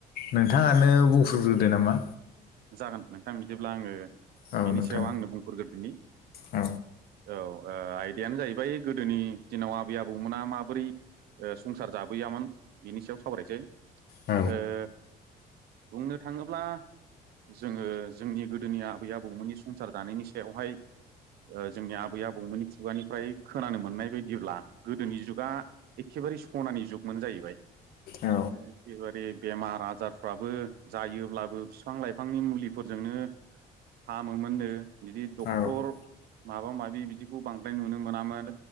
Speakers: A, on the left; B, on the right.
A: नोंथाङानो बुंफ्रुग्रोदो नामा?
B: जागोन नोंथां बिदिब्ला आङो
A: औ
B: बिनि
A: नोंथां
B: सायाव आंनो बुंफोरग्रोदिनि
A: औ
B: औ ओ आइ - दायानो जाहैबाय गोदोनि दिनाव आबै आबौमोना माबोरै ओ संसार जाबोयामोन बिनि सायाव सावरायनोसै
A: औ
B: ओ बुंनो थाङोब्ला जोङो जोंनि गोदोनि आबै आबौमोननि संसार जानायनि सायावहाय ओ जोंनि आबै आबौमोननि खुगानिफ्राय खोनानो मोननाय बायदिब्ला गोदोनि जुगा एखेबारे सनानि जुगमोन जाहैबाय
A: औ
B: एखेबारे बेमार आजारफ्राबो जायोब्लाबो बिफां लाइफांनि मुलिफोरजोंनो हामोमोननो बिदि डक्टर
A: औ औ
B: माबा माबि बिदिखौ बांद्राय नुनो मोनामोन